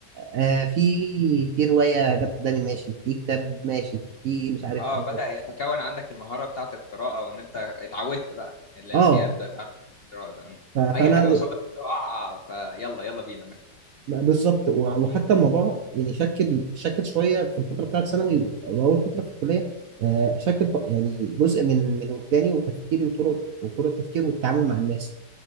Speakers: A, on the right; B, on the left.
A: آه في في روايه جت قدامي ماشي في كتاب ماشي في مش عارف
B: اه
A: ايه
B: بدأ يتكون عندك المهاره بتاعه القراءه وان انت اتعودت بقى الاعتياد
A: اه
B: بتاع القراءه ده م.
A: ف-
B: اي
A: فانا
B: حاجه قصادك تقع فيلا يلا بينا نقرا
A: بالظبط و- وحتى الموضوع يعني شكل شكل شويه في الفتره بتاعت ثانوي و- واول فتره في الكليه آه، شكل ف- يعني جزء من من وجداني وتفكيري وطرق وطرق التفكير والتعامل مع الناس